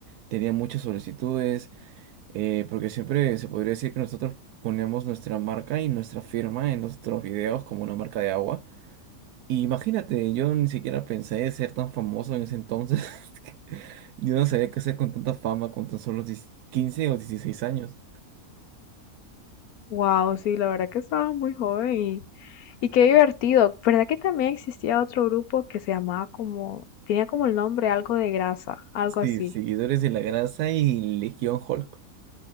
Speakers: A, on the right; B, on the left.
A: tenía muchas solicitudes eh, porque siempre se podría decir que nosotros poníamos nuestra marca y nuestra firma en nuestros videos como una marca de agua. Y Imagínate, yo ni siquiera pensé ser tan famoso en ese entonces. <laughs> Yo no sabía qué hacer con tanta fama con tan solo diez quince o dieciséis años.
B: Wow, sí, la verdad que estaba muy joven Y qué divertido. ¿Verdad que también existía otro grupo que se llamaba como, tenía como el nombre algo de grasa, algo
A: Sí,
B: así?
A: seguidores de la grasa y Legión Hulk.